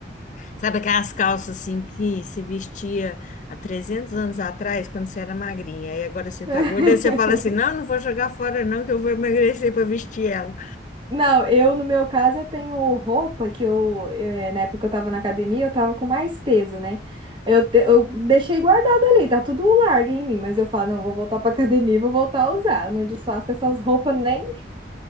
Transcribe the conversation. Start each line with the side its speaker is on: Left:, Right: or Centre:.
Left: Sabe aquelas calças assim que se vestia há 300 anos atrás, quando você era magrinha, e agora você
Right: <laughs>
Left: tá gorda, e você fala assim: não, não vou jogar fora, não, que eu vou emagrecer para vestir ela.
Right: Não, eu no meu caso eu tenho roupa que eu, eh, na época que eu tava na academia, eu tava com mais peso, né? Eu, te- eu deixei guardado ali, tá tudo largo em mim, mas eu falo, não, eu vou voltar pra academia e vou voltar a usar. Eu não desfaço essas roupas nem.